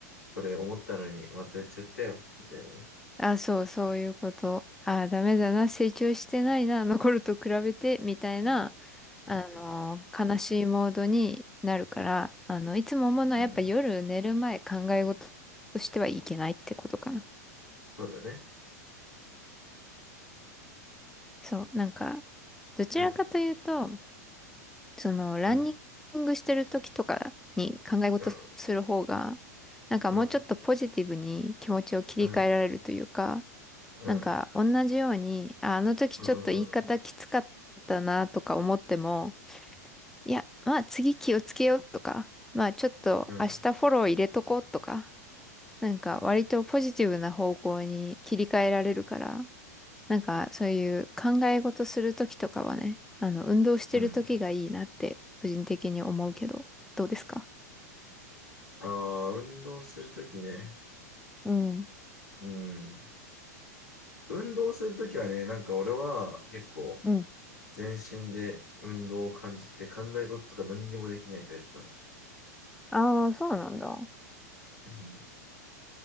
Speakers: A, on the left (about 85°); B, in the centre.
A: これ思ったのに、またやっちゃったよ、みたいなね。
B: あ、そう、そういうこと。ああ、ダメだな、成長してないな、残ると比べて、みたいな、
A: うん、確かに。
B: あの、悲しいモードになるから、
A: うん、
B: あの、いつも思うのはやっぱ夜寝る前考え事としてはいけないってことかな。
A: うん、そうだね。
B: そう、なんか、どちらかというと、
A: うん、
B: その、ランニングしてる時とかに考え事する方が、
A: うん、うん、
B: なんかもうちょっとポジティブに気持ちを切り替えられるというか、
A: うん、うん、うん、
B: なんか同じように、
A: うん、
B: あ、あの時ちょっと言い方きつかったなとか思っても、
A: うん、
B: いや、まあ次気をつけようとか、まあちょっと明日フォロー入れとこうとか、
A: うん、
B: なんか割とポジティブな方向に切り替えられるから、なんかそういう考え事する時とかはね、あの運動してる時がいいなって個人的に思うけど、
A: うん。
B: どうですか
A: ああ、運動するときね。
B: うん。
A: うん。運動するときはね、なんか俺は結構
B: うん。
A: 全身で運動を感じて考え事とか何にもできないタイプなの。
B: ああ、そうなんだ。
A: うん。